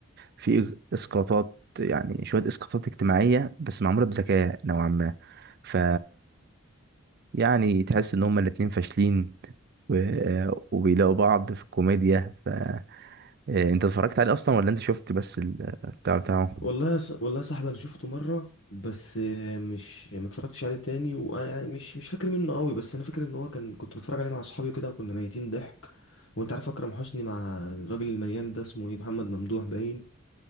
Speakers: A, on the right; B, on the left.
A: فيه اسقاطات يعني شويه اسقاطات اجتماعيه بس معموله بذكاء نوعا ما ف يعني تحس ان هما الاتنين فاشلين و... وبيلاقوا بعض في الكوميديا ف إيه، انت اتفرجت عليه اصلا ولا انت شفت بس البتاع بتاعه
B: والله يا ص- والله يا صاحبي انا شفته مره بس آه، مش ما اتفرجتش عليه تاني وانا يعني مش مش فاكر منه قوي بس انا فاكر ان هو كان كنت بتفرج عليه مع اصحابي وكده وكنا ميتين ضحك وانت عارف اكرم حسني مع الراجل المليان ده اسمه ايه محمد ممدوح باين